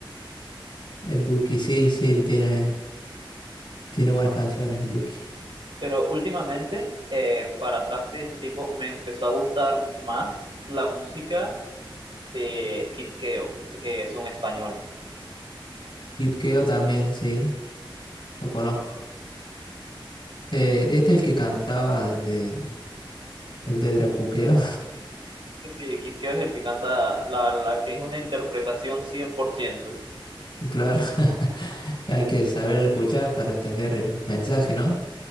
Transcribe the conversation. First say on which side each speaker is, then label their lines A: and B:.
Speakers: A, on the left; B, on the right.
A: El Duki, sí, sí, tiene, tiene buenas canciones el Duki.
B: Pero últimamente, eh, para trap de ese tipo, me empezó a gustar más la música de Kid Keo, que es un español.
A: Kid Keo también, sí, lo conozco. Eh, este es el que cantaba el de, el de Dracuqueo.
B: Sí, Kid Keo es el que canta la, la que es una interpretación cien por ciento
A: <laughs> Claro, <laughs> hay que saberlo escuchar para entender el mensaje, ¿no?